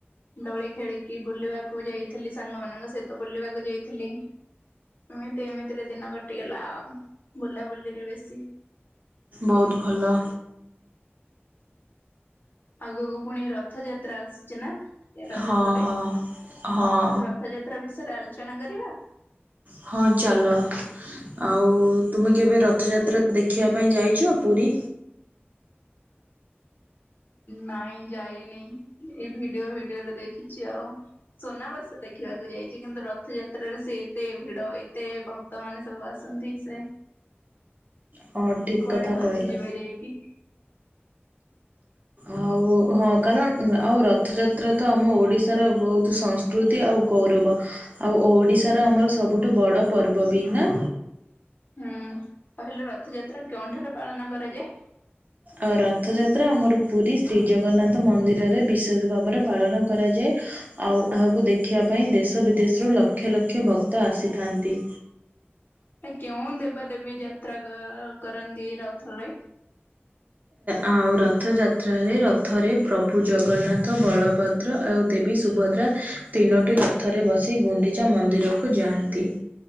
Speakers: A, on the left; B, on the right.
A: ଦୋଳି ଖେଳିକି ବୁଲିବାକୁ ଯାଇଥିଲି ସାଙ୍ଗମାନଙ୍କ ସହିତ ବୁଲିବାକୁ ଯାଇଥିଲି। ଏମିତି ଏମିତିରେ ଦିନ କଟିଗଲା ଆଉ ବୁଲାବୁଲିରେ ବେଶୀ।
B: ବହୁତ ଭଲ।
A: ଆଗକୁ ପୁଣି ରଥଯାତ୍ରା ଆସୁଛି ନା? ଏ ରଜ
B: ହଁ
A: ପରେ
B: ହଁ ହଁ।
A: ରଥଯାତ୍ରା ବିଷୟରେ ଆଲୋଚନା କରିବା?
B: ହଁ ଚାଲ। ଆଉ ତୁମେ କେବେ ରଥଯାତ୍ରା ଦେଖିବା ପାଇଁ ଯାଇଛ ପୁରୀ?
A: ନାଇଁ ଯାଇନି। ଏଇ ଭିଡିଓ ଭିଡିଓରେ ଦେଖିଚି ଆଉ। ସୁନାବେସ ଦେଖିବାକୁ ଯାଇଚି କିନ୍ତୁ ରଥଯାତ୍ରାରେ ସେ ଏତେ ଭିଡ ଏତେ ଭ କ୍ତ ମାନେ ସବୁ ଆସନ୍ତି ସେ,
B: ହଁ ଠିକ୍
A: କୁଆଡେ
B: କଥା
A: ହଜିଯିବେ
B: କହିଲ
A: ଯାଇକି। <inaudible>
B: ଆଉ ହଁ କାରଣ ଆଉ ରଥଯାତ୍ରା ତ ଆମ ଓଡ଼ିଶାର ବହୁତ ସଂସ୍କୃତି ଆଉ ଗୌରବ। ଆଉ ଓଡିଶାର ଆମର ସବୁଠୁ ବଡ ପର୍ବ ବି ନା?
A: ହୁଁ କହିଲୁ ରଥଯାତ୍ରା କେଉଁଠାରୁ ପାଳନ କରାଯାଏ?
B: ଆ ରଥଯାତ୍ରା ଆମର ପୁରୀ ଶ୍ରୀଜଗନ୍ନାଥ ମନ୍ଦିରରେ ବିଶେଷ ଭାବରେ ପାଳନ କରାଯାଏ। ଆଉ ଏହାକୁ ଦେଖିବା ପାଇଁ ଦେଶ ବିଦେଶରୁ ଲକ୍ଷ ଲକ୍ଷ ଭକ୍ତ ଆସିଥାନ୍ତି।
A: କେଉଁ ଦେବା ଦେବୀ ଯାତ୍ରା କର୍ କରନ୍ତି ରଥରେ?
B: ଆଉ ରଥଯାତ୍ରାରେ ରଥରେ ପ୍ରଭୁ ଜଗନ୍ନାଥ ବଳଭ ଦ୍ର ଆଉ ଦେବୀ ସୁଭଦ୍ରା ତିନୋଟି ରଥରେ ବସି ଗୁଣ୍ଡିଚା ମନ୍ଦିରକୁ ଯାଆନ୍ତି।